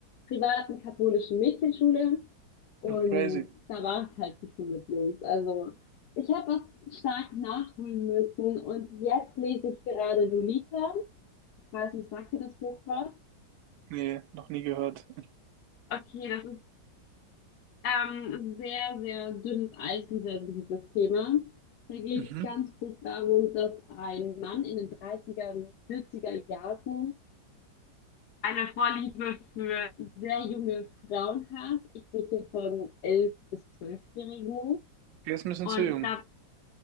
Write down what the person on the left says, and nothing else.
privaten katholischen Mädchenschule und
da war es halt nicht so mit Jungs. Also, ich habe was stark nachholen müssen und jetzt lese ich gerade Lolita. Ich weiß nicht, sagt dir das Buch was?
Okay, das Ähm, sehr, sehr dünnes Eis und sehr sensibles Thema. Da geht
es ganz grob darum, dass ein Mann in den 30er, 40er Jahren eine Vorliebe für sehr junge Frauen hat. Ich rede hier von 11- bis 12-Jährigen.
Und
da